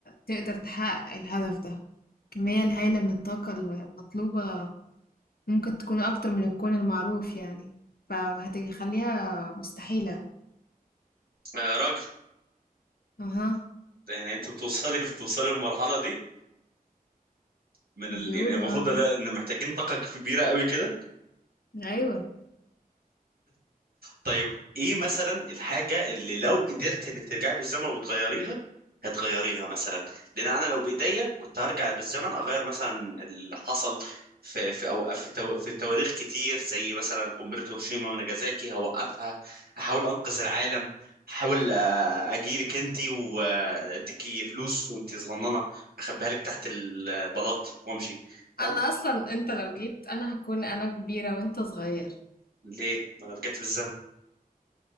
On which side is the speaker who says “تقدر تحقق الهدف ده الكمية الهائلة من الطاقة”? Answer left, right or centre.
Left